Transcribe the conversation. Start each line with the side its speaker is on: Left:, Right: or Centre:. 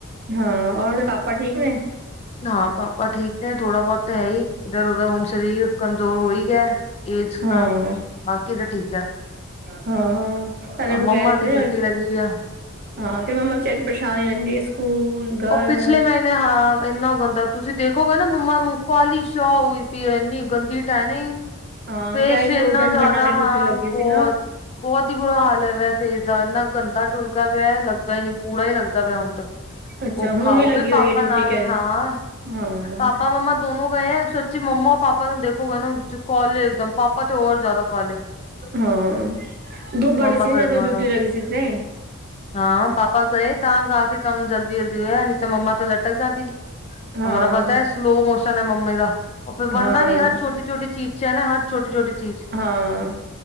Right: ਹਾਂ ਹੋਰ ਪਾਪਾ ਠੀਕ ਨੇ।
Left: ਹਾਂ, ਪਾਪਾ ਠੀਕ ਨੇ ਥੋੜ੍ਹਾ ਬਹੁਤਾ ਹੈ ਹੀ। ਇੱਧਰ- ਉਧਰ ਹੁਣ ਸਰੀਰ ਕਮਜ਼ੋਰ ਹੋ ਹੀ ਗਿਆ। ਏਜ
Right: ਹਾਂ
Left: ਨਾਲ, ਬਾਕੀ ਤੇ ਠੀਕ ਹੈ।
Right: ਹਾਂ, ਪਹਿਲੇ ਹੋ
Left: ਮੰਮਾ
Right: ਕੇ ਆਏ ਸੀ
Left: ਦੀ
Right: ਕਿ।
Left: ਡਿਊਟੀ ਲੱਗੀ ਆ
Right: ਹਾਂ, ਤੇ ਮੰਮਾ ਵਿਚਾਰੀ ਪਰੇਸ਼ਾਨ ਹੀ ਰਹਿੰਦੀ ਸਕੂਲ ਘਰ
Left: ਉਹ ਪਿਛਲੇ ਮਹੀਨੇ ਹਾਂ ਇੰਨਾ ਗੰਦਾ - ਤੁਸੀਂ ਦੇਖੋਗੇ ਨਾ ਮੰਮਾ ਨੂੰ ਕਾਲੀ ਸ਼ਾਹ ਹੋਈ ਪਈ, ਇੰਨੀ ਗੰਦੀ ਟੈਨਿੰਗ।
Right: ਹਾਂ
Left: ਫੇਸ
Right: ਕਹਿ ਰਹੀ
Left: ਇੰਨਾ
Right: ਸੀ ਉਸ ਦਿਨ
Left: ਜ਼ਿਆਦਾ
Right: ਗੰਨਾ ਤੇ
Left: ਹਾਂ
Right: ਡਿਊਟੀ ਲੱਗੀ
Left: ਬਹੁਤ-
Right: ਸੀ ਨਾ
Left: ਬਹੁਤ ਹੀ ਬੁਰਾ ਹਾਲ ਹੋਇਆ ਫੇਸ ਦਾ। ਇੰਨਾ ਗੰਦਾ ਢੁਲਕਾ ਪਿਆ ਲੱਗਦਾ ਨਹੀਂ ਕੂੜਾ ਹੀ ਲੱਗਦਾ ਪਿਆ ਹੁਣ ਤੇ।
Right: ਅੱਛਾ
Left: ਔਖਾ
Right: ਹੁਣ
Left: ਉਹ
Right: ਲੱਗੀ
Left: ਵੀ ਪਾਪਾ
Right: ਹੋਈ ਹੈ ਡਿਊਟੀ
Left: ਨਾਲ
Right: ਕਹਿ ਰਹੀ
Left: ਹਾਂ।
Right: ਸੀ ਹਾਂ
Left: ਪਾਪਾ ਮੰਮਾ ਦੋਨੋ ਗਏ ਹੈ। ਸੱਚੀ ਮੰਮਾ-ਪਾਪਾ ਨੂੰ ਦੇਖੋਗੇ ਨਾ ਤੁਸੀਂ ਕਾਲੇ ਇੱਕ-ਦਮ ਪਪ ਪਾਪਾ ਤੇ ਹੋਰ ਜ਼ਿਆਦਾ ਕਾਲੇ।
Right: ਹਾਂ, ਧੂਪ ਬੜੀ
Left: ਮੰਮਾ
Right: ਸੀ
Left: ਫਿਰ
Right: ਨਾ, ਜਦੋਂ
Left: ਦੁਬਾਰਾ
Right: ਡਿਊਟੀ ਰਹਿੰਦੀ ਸੀ ਇੱਥੇ
Left: ਹਾਂ, ਪਾਪਾ ਗਏ ਤਾਂ ਜਾਕੇ ਕੰਮ ਜਲਦੀ, ਜਲਦੀ ਹੋਇਆ ਨਹੀਂ ਤਾਂ ਮੰਮਾ ਤਾਂ ਲਟਕ ਜਾਂਦੀ ਸੀ।
Right: ਹਾਂ
Left: ਉਹਨੂੰ ਪਤਾ ਹੈ। ਸਲੋ ਮੋਸ਼ਨ ਹੈ ਮੰਮਾ ਜੀ ਦਾ। ਉਹ ਫੇਰ ਵੜਨਾ
Right: ਹਾਂ
Left: ਵੀ ਹੈ, ਹਰ ਛੋਟੀ-ਛੋਟੀ ਚੀਜ਼ 'ਚ ਹੈ ਨਾ ਹਰ ਛੋਟੀ-ਛੋਟੀ ਚੀਜ਼।
Right: ਹਾਂ।